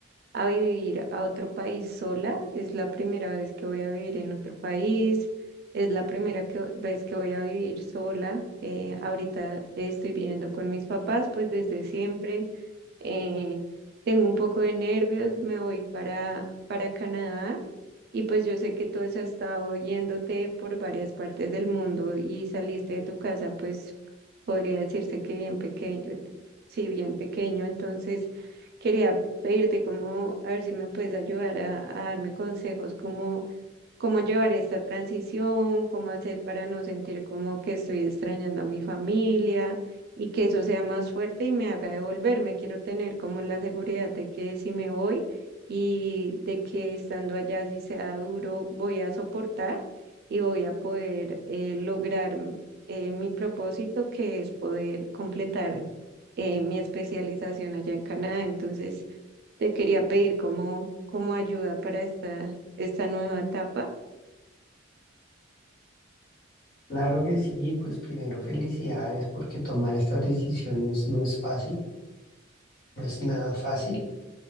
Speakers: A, on the right; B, on the left.
A: a vivir a otro país sola. Es la primera vez que voy a vivir en otro país, es la primera que- vez que voy a vivir sola. Eh, ahorita estoy viviendo con mis papás, pues desde siempre eh, tengo un poco de nervios, me voy para, para Canadá y pues yo sé que tú has estado yéndote por varias partes del mundo y saliste de tu casa, pues podría decirse que bien pequeño, sí, bien pequeño, entonces quería pedirte como, a ver si me puedes ayudar a, a darme consejos como cómo llevar esta transición, cómo hacer para no sentir como que estoy extrañando a mi familia y que eso sea más fuerte y me haga devolverme. Quiero tener como la seguridad de que si me voy y de que estando allá, si sea duro, voy a soportar y voy a poder eh, lograr eh, mi propósito, que es poder completar eh, mi especialización allá en Canadá. Entonces, te quería pedir como, como ayuda para esta, esta nueva etapa
B: Claro que sí, pues primero felicidades porque tomar estas decisiones no es fácil, no es nada fácil.